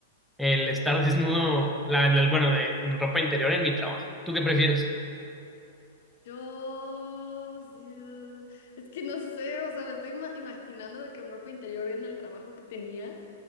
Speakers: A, in the centre; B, on the left (about 65°).
A: el estar desnudo, la, la- bueno, de, en ropa interior en mi trabajo. ¿Tú qué prefieres?
B: Yo, sí, es que no sé, o sea, me estoy ima- imaginando de que en ropa interior en el trabajo que tenía,